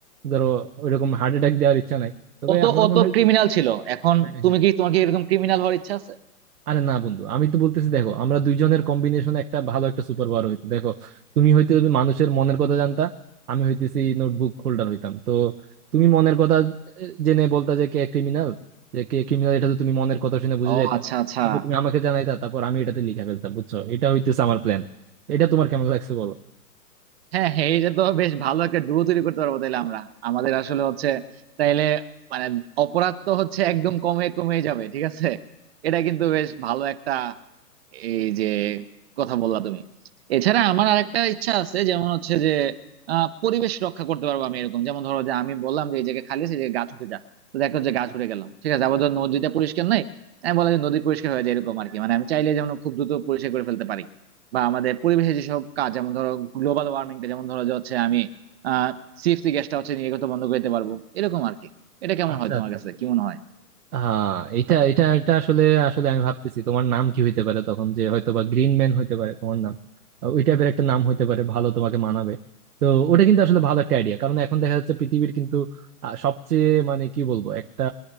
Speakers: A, on the right; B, on the right.
A: ধরো ওইরকম হার্ট অ্যাটাক দেওয়ার ইচ্ছা নাই তবে
B: ও তো
A: আমার
B: ও
A: মনে
B: তো
A: হয়
B: ক্রিমিনাল
A: কি
B: ছিল এখন
A: হ্যাঁ
B: তুমি
A: হ্যাঁ
B: কি তোমার কি এরকম ক্রিমিনাল হওয়ার ইচ্ছা আছে
A: আরে না বন্ধু আমি তো বলতেছি দেখো আমরা দুইজনের কম্বিনেশন একটা ভালো একটা সুপার পাওয়ার হইতো দেখো তুমি হইতে মানুষের মনের কথা জানতা আমি হইতেছি নোটবুক হোল্ডার হইতাম তো তুমি মনের কথা আহ, জেনে বলতা যে কে ক্রিমিনাল যে কে ক্রিমিনাল এটা তো তুমি মনের কথা শুনে বুঝে
B: ও
A: যাইতা
B: আচ্ছা আচ্ছা
A: তারপর তুমি আমাকে জানাইতা তারপর আমি এটাতে লিখে ফেলতাম বুঝছো এটা হইতেছে আমার প্ল্যান এটা তোমার কেমন লাগছে বলো
B: হ্যাঁ হ্যাঁ এইটা তো বেশ ভালো একটা ডুও তৈরি করতে পারবো তাহলে আমরা আমাদের আসলে হচ্ছে তাইলে মানে অপরাধ তো হচ্ছে একদম কমে কমে যাবে ঠিক আছে এটা কিন্তু বেশ ভালো একটা এই যে কথা বললা তুমি এছাড়া আমার আরেকটা ইচ্ছা আছে যেমন হচ্ছে যে আহ, পরিবেশ রক্ষা করতে পারবো আমি এরকম যেমন ধরো যে আমি বললাম যে এই জায়গায় খালি আছে যে গাছ উঠে যা তো দেখো যে গাছ উঠে গেলাম ঠিক আছে আবার ধর নদীটা পরিষ্কার নাই আমি বললাম যে নদী পরিষ্কার হয়ে যায় এরকম আর কি মানে আমি চাইলে যেমন খুব দ্রুত পরিষ্কার করে ফেলতে পারি বা আমাদের পরিবেশে যেসব কাজ যেমন ধরো গ্লোবাল ওয়ার্মিংটা যেমন ধরো যে হচ্ছে আমি আহ সিএফসি গ্যাসটা হচ্ছে নির্গত বন্ধ করে দিতে পারবো এরকম আর কি এটা কেমন
A: আচ্ছা
B: হয় তোমার
A: আচ্ছা
B: কাছে কি মনে হয়
A: হ্যাঁ এটা এটা এটা আসলে আসলে আমি ভাবতেছি তোমার নাম কি হইতে পারে তখন যে হয়তো বা গ্রিন ম্যান হইতে পারে তোমার নাম আহ, ওই টাইপের একটা নাম হইতে পারে ভালো তোমাকে মানাবে তো ওটা কিন্তু আসলে ভালো একটা আইডিয়া কারণ এখন দেখা যাচ্ছে পৃথিবীর কিন্তু আহ, সবচেয়ে মানে কি বলবো একটা